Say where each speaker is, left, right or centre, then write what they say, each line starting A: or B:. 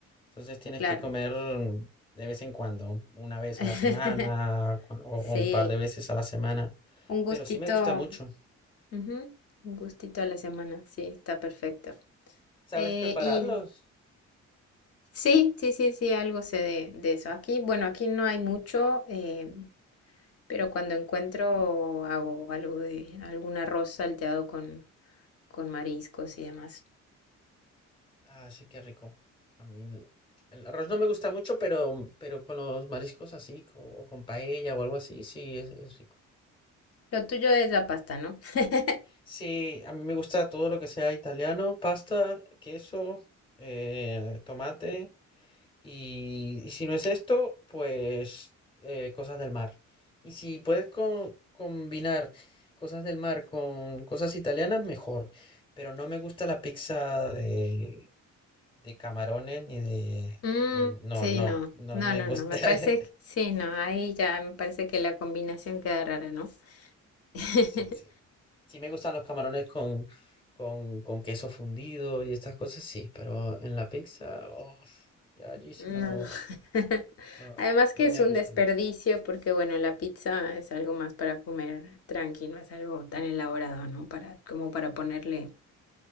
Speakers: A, on the left (about 15°); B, on the left (about 50°).
A: Entonces tienes
B: claro.
A: que comer mm, de vez en cuando, una vez
B: <laughs>
A: a la semana cu- o,
B: Sí,
A: o un par de veces a la semana.
B: un gustito,
A: Pero sí me gusta mucho.
B: ujú, un gustito a la semana, sí, está perfecto.
A: ¿Sabes
B: Eh,
A: prepararlos?
B: y Sí, sí, sí, sí, algo sé de, de eso. Aquí, bueno, aquí no hay mucho, em, pero cuando encuentro hago algo de algún arroz salteado con, con mariscos y demás.
A: Ah, sí, qué rico. A mí el, el arroz no me gusta mucho, pero, pero con los mariscos así, co- o con paella o algo así, sí, es, es rico.
B: Lo tuyo es la pasta, ¿no? <laughs>
A: Sí, a mí me gusta todo lo que sea italiano, pasta, queso, eh, tomate. Y, y si no es esto, pues eh, cosas del mar. Y si puedes co- combinar cosas del mar con cosas italianas, mejor. Pero no me gusta la pizza de, de camarones ni de...
B: Mm,
A: No,
B: sí,
A: no,
B: no,
A: no
B: no,
A: me
B: no,
A: gusta.
B: no, me
A: <laughs>
B: parece que sí, no, ahí ya me parece que la combinación queda rara, ¿no? <laughs>
A: Sí, sí. Sí me gustan los camarones con, con, con queso fundido y estas cosas, sí. Pero en la pizza, uf, ya allí sí
B: No.
A: no,
B: <laughs>
A: no,
B: Además
A: no
B: que es
A: me
B: un
A: gusta
B: desperdicio
A: mucho.
B: porque, bueno, la pizza es algo más para comer tranqui, no es algo tan elaborado, ¿no? Para, como para ponerle